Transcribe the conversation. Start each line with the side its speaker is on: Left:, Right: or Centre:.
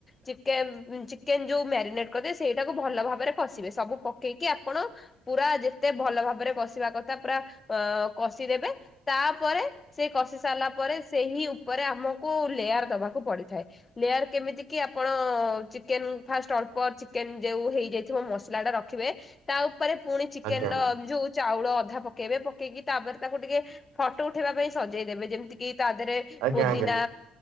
Left: ଚିକେନ୍ ଚିକେନ ଯୋଉ ମ୍ୟାରିନେଟ କରିଥିବେ ସେଇଟାକୁ ଭଲ ଭାବରେ କଷିବେ ସବୁ ପକେ ପକେଇକି ଆପଣ ପୁରା ଯେତେ ଭଲ ଭାବରେ କଷିବା କଥା ପୁରା କଷିଦେବେ ତା ତାପରେ ସେ କଷି ସାରିଲା ପରେ ସେହି ଉପରେ ଆମକୁ ଲେୟାର ଦବାକୁ ପଡିଥାଏ। ଲେ କେମିତି କି ଆପଣ ଚିକେନ୍ ଫାର୍ଷ୍ଟ ଅଳ୍ପ ଚିକେନ୍ ଯେଉ ହେଇଯାଇଥିବ ମସଲାଟା ର ରଖିବେ ତା ଉପରେ ପୁଣି ଚିକେନର
Right: ଆଜ୍ଞା
Left: ଯୋଉ ଚାଉଳ ଅଧା ପକେଇବେ ପକେଇକି ତାପରେ, ତାକୁ ଟିକେ ଫଟୋ ଉଠେଇବା ପାଇଁ ସଜେଇଦେବେ ଯେମିତି କିି ତା ଧେରେ
Right: ଆଜ୍ଞା
Left: ପୋଦିନା।
Right: ଆଜ୍ଞା ଆଜ୍ଞା